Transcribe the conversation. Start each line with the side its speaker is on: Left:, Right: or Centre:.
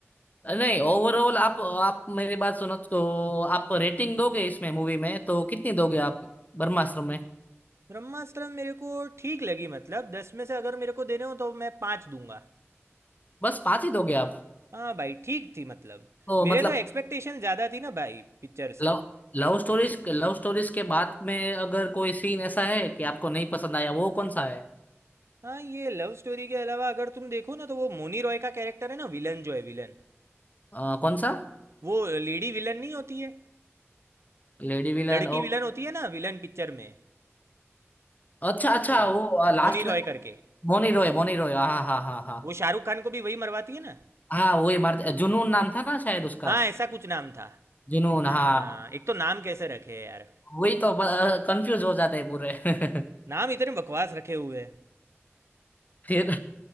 Left: नहीं ओवरऑल आप आप मेरी बात सुनो तो आप रेटिंग दोगे इसमें मूवी में तो कितनी दोगे आप ब्रह्मास्त्र में
Right: ब्रह्मास्त्र मेरे को ठीक लगी मतलब दस में से अगर मेरे को देने हो तो मैं पाँच दूंगा
Left: बस पांच ही दोगे आप
Right: हाँ भाई ठीक थी मतलब
Left: तो मतलब
Right: मेरे तो एक्सपेक्टेशन ज़्यादा थी ना भाई पिक्चर से
Left: लव लव स्टोरीज लव स्टोरीज के बाद में अगर कोई सीन ऐसा है कि आपको नहीं पसंद आया वो कौन सा है
Right: हाँ ये लव स्टोरी के अलावा अगर तुम देखो ना तो वो मोनी रॉय का कैरेक्टर है ना विलन जो है विलन
Left: अ, कौन सा
Right: वो लेडी विलन नहीं होती है
Left: लेडी विलन
Right: लड़की
Left: ओ
Right: विलन होती है ना विलन पिक्चर में
Left: अच्छा अच्छा
Right: बोला
Left: वो लास्ट
Right: मोनी रॉय
Left: में
Right: करके
Left: मोनी रॉय मोनी रॉय हाँ हाँ हाँ हाँ
Right: वो शाहरुख खान को भी वही मरवाती है ना
Left: हाँ वही मारते जुनून नाम था ना शायद उसका
Right: हाँ ऐसा कुछ नाम था
Left: जुनून
Right: हाँ
Left: हाँ
Right: हाँ एक तो नाम कैसे रखे हैं यार
Left: वही तो कंफ्यूज हो जाते हैं पूरे <laughs>
Right: नाम इतने बकवास रखे हुए हैं
Left: फिर